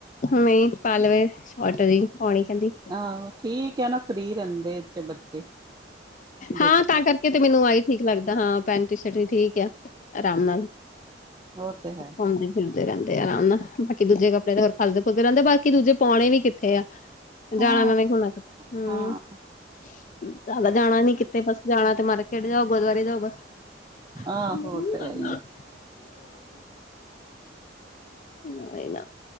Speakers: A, on the left (about 45°); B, on the right (about 20°).
A: ਨਹੀਂ ਪਾ ਲਵੇ ਸ਼ੋਟ ਜਹੀ ਪਾਉਣੀ ਕਹਿੰਦੀ।
B: ਆਹੋ ਠੀਕ ਆ ਨਾ ਫਰੀ ਰਹਿੰਦੇ ਇਥੇ ਬੱਚੇ। ਜਿੱਦਾਂ
A: ਹਾਂ ਤਾਂ ਕਰਕੇ ਤੇ ਮੈਨੂੰ ਆਹੀ ਠੀਕ ਲੱਗਦਾ, ਹਾਂ ਪੈਂਟ ਸ਼ਰਟ ਠੀਕ ਆ ਆਰਾਮ ਨਾਲ।
B: ਓ ਤੇ ਹੈ।
A: ਘੁੰਮਦੇ ਫਿਰਦੇ ਰਹਿੰਦੇ ਅਰਾਮ ਨਾਲ, ਬਾਕੀ ਦੂਜੇ ਕੱਪੜੇ ਤੇ ਫਸਦੇ ਫੁਸਦੇ ਰਹਿੰਦੇ, ਬਾਕੀ ਦੂਜੇ ਪਾਉਣੇ ਵੀ ਕਿੱਥੇ ਆ। ਜਾਣਾ
B: ਹਾਂ
A: ਉਹਨਾਂ ਨੇ ਹੋਣਾ ਕਿਥੇ, ਹੂੰ।
B: ਹਾਂ
A: ਜ਼ਿਆਦਾ ਜਾਣਾ ਨੀ ਕਿਤੇ ਬਸ ਜਾਣਾ ਤੇ ਮਾਰਕੀਟ ਜਾਓ, ਗੁਰਦੁਆਰੇ ਜਾਓ ਬਸ।
B: ਆਹੋ
A: <unintelligible>
B: ਉਹ ਤੇ ਹੈ ਹੀ ਹੈ
A: ਉਹੀ ਨਾ